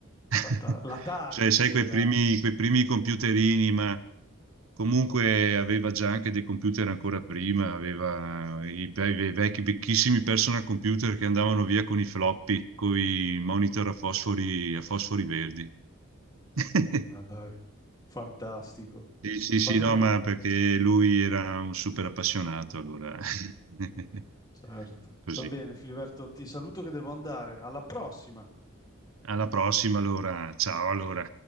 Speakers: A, on the right; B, on the left.
A: <laughs>
B: Fanta- L'Atari
A: Cioè, sai,
B: c'era
A: quei primi,
B: anche.
A: quei primi computerini, ma comunque aveva già anche dei computer ancora prima, aveva i, ve- ve- vecchi, vecchissimi personal computer che andavano via con i floppy, con i monitor a fosfori, a fosfori verdi. <laughs>
B: Ah, dai, fantastico.
A: Sì, sì, sì,
B: Va bene,
A: no, ma perché lui era un super appassionato, allora <laughs>
B: certo.
A: così.
B: Va bene, Filiberto, ti saluto che devo andare. Alla prossima.
A: Alla prossima, allora. Ciao, allora.